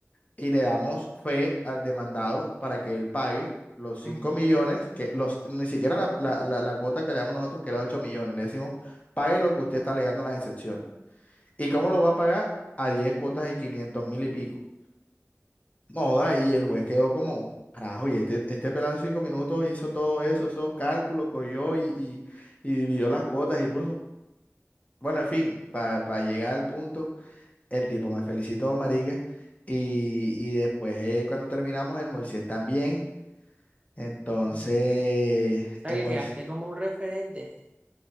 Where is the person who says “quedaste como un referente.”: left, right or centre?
Right